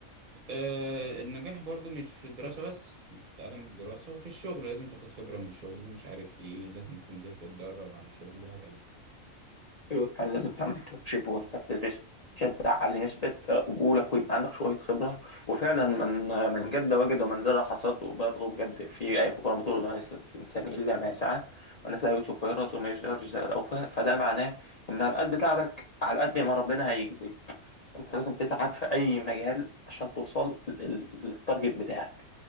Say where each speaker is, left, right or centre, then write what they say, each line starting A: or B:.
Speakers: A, on the right; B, on the left.
A: آه، النجاح برضو مش في الدراسة بس تعلم الدراسة وفي الشغل لازم تاخد خبرة من شغل ومش عارف إيه لازم تنزل تتدرب على شغل وهكذا
B: ايوه فعلا لازم تعمل انترنشيب وانت بتدرس عشان تعلي نسبة قبولك ويبقى عندك شوية خبرة وفعلا من من جد وجد ومن زرع حصد وبرضه بجد في آية في القرآن بتقول لا يسأل الإنسان إلا ما سعى ونسى يوسف ويرث وما يشجع الجزاء الأوفى فده معناه إن على قد تعبك على قد ما ربنا هيجزيك فأنت لازم تتعب في أي مجال عشان توصل لل- للتارجت بتاعك